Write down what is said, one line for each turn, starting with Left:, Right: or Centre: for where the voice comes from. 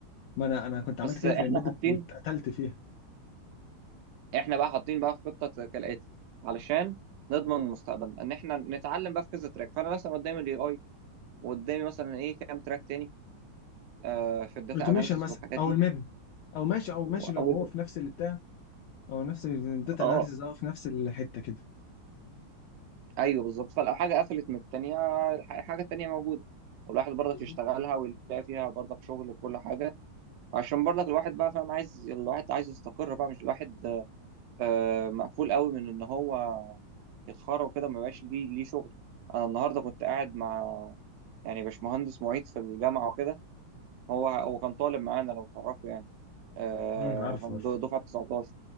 Left: ما انا انا كنت عملت
Right: بس
Left: كده
Right: احنا
Left: في الامبيدد
Right: حاطين
Left: واتقتلت فيها
Right: احنا بقى حاطين بقى في خطه كالاتي علشان نضمن مستقبلنا ان احنا نتعلم بقى في كذا تراك فانا مثلا قدامي الاي اي وقدامي مثلا ايه كام تراك تاني آه في الداتا
Left: اوتوميشن
Right: اناليسيس
Left: مثلا
Right: والحاجات
Left: او
Right: دي
Left: الميم او ماشي او ماشي
Right: واول
Left: لو هو في نفس اللي بتاع او نفس الداتا
Right: اه
Left: اناليسيز اه في نفس الحته كده
Right: ايوه بالظبط فلو حاجه قفلت من التانيه الح- الحاجه التانيه موجوده والواحد برضك
Left: بالظبط
Right: يشتغلها ويلاقي فيها برضك شغل وكل حاجه عشان برضك الواحد بقى فاهم عايز الواحد عايز يستقر بقى مش الواحد آه مقفول قوي من ان هو يتخرج كده ما يبقاش ليه ليه شغل انا النهارده كنت قاعد مع يعني باشمهندس معيد في الجامعة وكده هو هو كان طالب معانا لو تعرفوا يعني آه
Left: امم عارف
Right: هن-
Left: عارف
Right: دفعة 19